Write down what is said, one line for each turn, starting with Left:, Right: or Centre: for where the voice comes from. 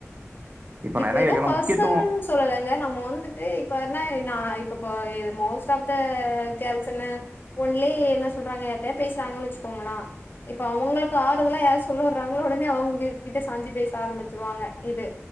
Right: நான்
Left: இப்ப
Right: என்ன
Left: ஏதோ
Right: கேட்கறேன்
Left: ஃபர்சனல்னு
Right: முக்கியத்துவம்
Left: சொல்லங்க நம்ம வந்து து இப்ப என்ன நா இப்ப போ மோஸ்ட் ஆப் த ஃகேள்ஸ்ன்னு ஒன்லே என்ன சொல்றாங்க யார்டயா பேசுறாங்கன் வச்சுக்கோங்களா இப்போ அவுங்களுக்கு ஆறுதலா யார்லா சொல்லவறாங்களோ ஒடனே அவங்க கிட்ட சாஞ்சி பேச ஆரம்பிச்சிருவாங்க இது